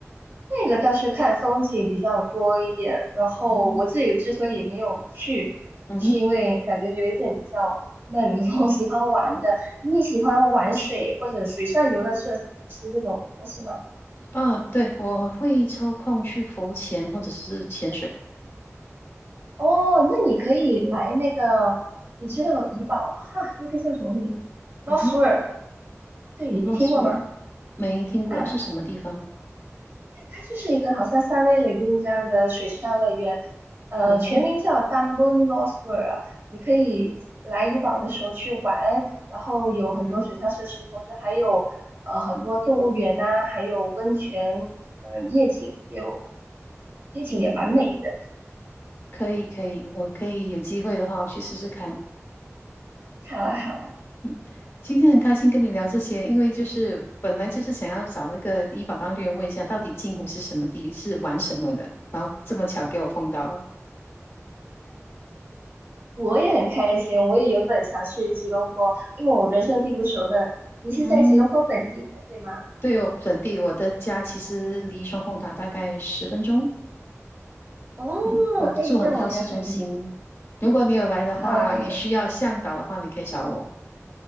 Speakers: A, on the right; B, on the left.
A: 那个倒是看风景比较多一点，然后我自己之所以没有去，
B: 嗯嗯哼，
A: 也是因为感觉有一点比较闷，<laughs> 我喜欢玩的。你喜欢玩水或者水上游乐设施这种东西吗？
B: 啊，对，我会抽空去浮潜或者是潜水。
A: 哦，那你可以来那个，你知道怡宝哈，那个叫什么名？Lost
B: 嗯哼，
A: World，对，你听过吗？
B: Lost World 没听过是什么地方？
A: 啊。它就是一个好像三维雷公这样的水上乐园，呃，
B: 嗯哼，
A: 全名叫 d u m b u n Lost World。你可以来怡保的时候去玩，然后有很多水上设施，
B: 嗯哼，
A: 同时还有呃很多动物园呐、还有温泉，呃，夜景也有，夜景也蛮美的，
B: 嗯可以，可以，我可以有机会的话，我去试试看。
A: 好啊，好啊，
B: 嗯，今天很开心跟你聊这些，因为就是本来就是想要找一个医保当地人问一下，到底镜湖是什么地，是玩什么的，然后这么巧给我碰到了。
A: 我也很开心，我也原本想去吉隆坡，因为我人生地不熟的。你是在吉隆坡本地的，
B: 嗯
A: 对吗？
B: 对，我本地，我的家其实离双凤塔大概十分钟。
A: 哦，
B: 嗯，我住很靠市中心。
A: 哎，那我也很
B: 如果你有来的话，
A: 好哎。
B: 你需要向导的话，你可以找我。